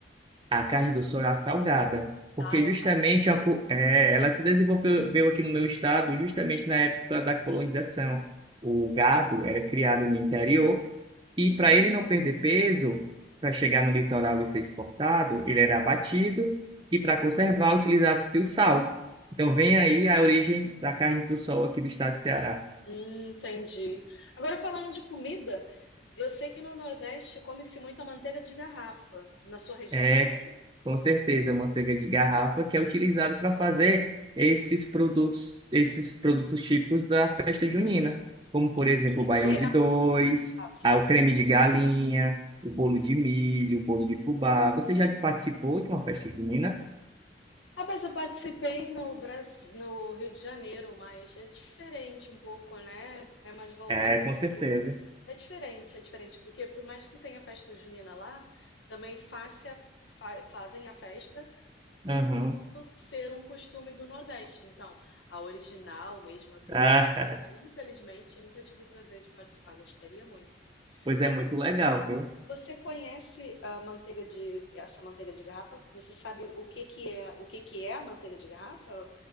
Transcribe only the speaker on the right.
a carne do sol é a salgada. Porque
justamente
a, cu- é, ela se desenvolveu veio aqui no meu estado justamente na época da colonização. O gado era criado no interior E para ele não perder peso, para chegar no litoral e ser exportado, ele era abatido e para conservar utilizava-se o sal. Então vem aí a origem da carne do sol aqui do estado de Ceará.
É,
com certeza, a manteiga de garrafa que é utilizada para fazer esses produtos, esses produtos típicos da festa junina, como por exemplo
o baião
de
dois,
ah, o creme de galinha, o bolo de milho, o bolo de fubá. Você já participou de uma festa junina?
É,
com certeza.
Uhum.
Ah,
<laughs> pois
é muito legal, viu?